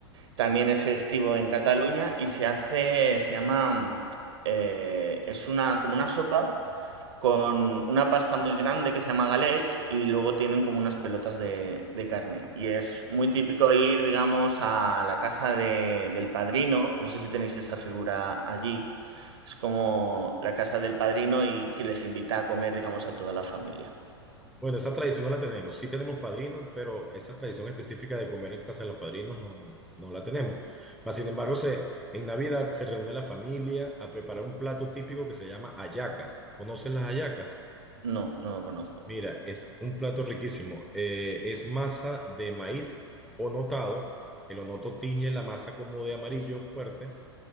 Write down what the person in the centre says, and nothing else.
Bueno, esa tradición no la tenemos. Sí tenemos padrinos, pero esa tradición específica de comer en casa de los padrinos no, no la tenemos. Mas, sin embargo, se, en Navidad se reúne la familia a preparar un plato típico que se llama hallacas. ¿Conocen las hallacas?
Mira, es un plato riquísimo. Eh, es masa de maíz onotado. El onoto tiñe la masa como de amarillo fuerte